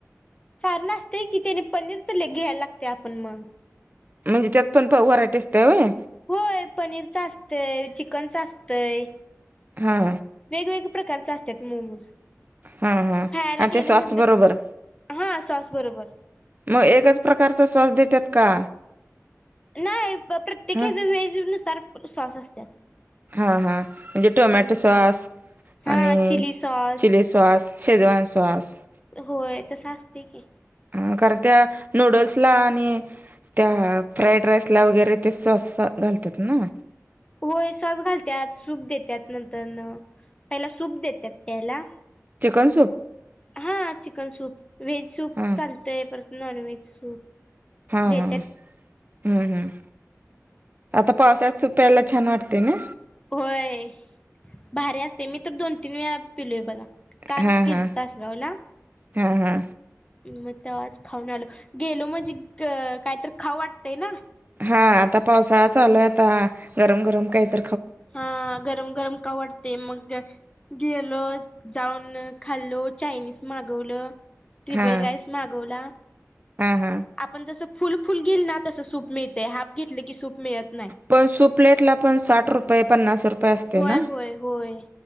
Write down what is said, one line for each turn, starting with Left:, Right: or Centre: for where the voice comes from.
Left: सार ना असतेय की त्याने पनीर च ले घ्यायला लागते आपण मग
Right: म्हणजे त्यात पण प वराटे असते हवे.
Left: होय पनीरच असतंय चिकनच असतंय.
Right: हा.
Left: वेगवेगळ्या प्रकारचे असतात मोमोज
Right: हा हा
Left: खायला
Right: आणि
Left: गेलं
Right: ते सॉस
Left: म्हटलं
Right: बरोबर
Left: हा सॉस बरोबर
Right: मग एकच प्रकारचा सौस देतात का?
Left: नाही प्रत्येकीच
Right: हा
Left: वेहेज नुसार सॉस असतात.
Right: हा हा म्हणजे टोमॅटो
Left: हम्म
Right: सॉस
Left: हा
Right: आणि
Left: chilli sauce
Right: chilli sauce Schezwan sauce
Left: होय तसं असते की
Right: अ कारण त्या नूडल्स ला आणि त्या फ्राईड राईस ला वगैरे ते सॉस घालतात ना.
Left: होय सॉस घालतात सूप देतात नंतर न पहिला सूप देतात प्यायला
Right: चिकन सूप
Left: हा चिकन सूप व्हेज सूप
Right: हा
Left: चालतय परत नॉन व्हेज सूप
Right: हा
Left: देतात
Right: हा हम्म हम्म आता पावसात चक पप एला चछान वाटतेन.
Left: होय भारी असते मी तर दोन तीन वेळा पेलोय बघा. कालच
Right: हा
Left: गेलच
Right: हा
Left: तासगाव ला
Right: हा हा.
Left: मग ते आज खाऊन आलो गेलो म्हणजे कायत खाऊ वाटतंय ना.
Right: हा आता पावसाळा चालूय आता गरम गरम काहीत
Left: हा गरम गरम कावडते मग गेलो जाऊन खाल्लो चायनीज मागवलं. त्रिबल
Right: हा
Left: राईस मागवला.
Right: हा हा.
Left: आपण जसं फुल फुल गेईल ना तसं सूप मिळतय हाफ घेतलं की सूप मिळत नाही.
Right: पण सुप्लेट ला पण साठ रुपये पन्नास रुपये असते
Left: होय
Right: ना.
Left: होय होय.